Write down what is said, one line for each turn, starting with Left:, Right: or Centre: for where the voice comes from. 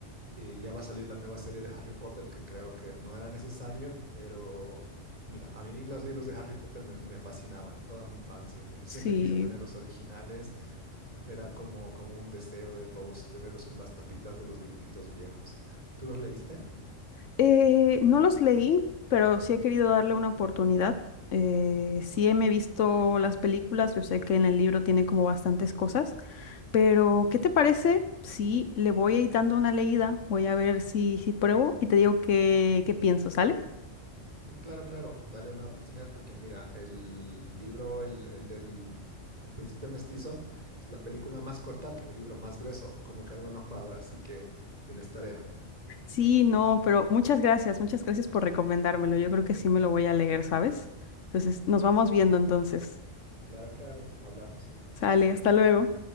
Right: eh, ya va a salir la nueva serie de Harry Potter, que creo que no era necesario, pero mira, a mí los libros de Harry Potter me, me fascinaban toda mi infancia. Eh, Siempre
Left: Sí.
Right: quise tener los originales, era como, como un deseo de todos tenerlos con las tapitas de los dibujitos viejos. ¿Tú los leíste?
Left: Eh, no los leí, pero sí he querido darle una oportunidad. Eh, sí me he visto las películas, yo sé que en el libro tiene como bastantes cosas, pero ¿qué te parece si le voy a ir dando una leída? Voy a ver si, si pruebo y te digo qué, qué pienso, ¿sale?
Right: Mm, Claro, claro, dale una oportunidad porque mira, el libro, el, el del El Príncipe Mestizo, es la película más corta, pero el libro más grueso, como que algo no cuadra, así que tienes tarea.
Left: Sí, no, pero muchas gracias, muchas gracias por recomendármelo. Yo creo que sí me lo voy a leer, ¿sabes? Entonces, nos vamos viendo entonces.
Right: Claro, claro, hablamos.
Left: Sale, hasta luego.